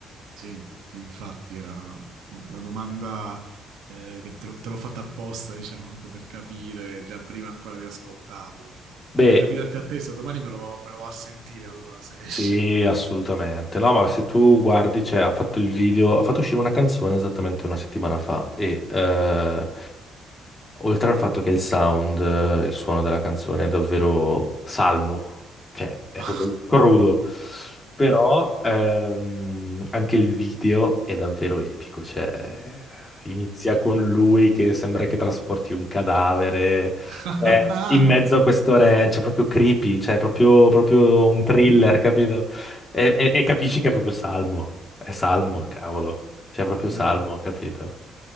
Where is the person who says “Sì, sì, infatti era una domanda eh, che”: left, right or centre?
Right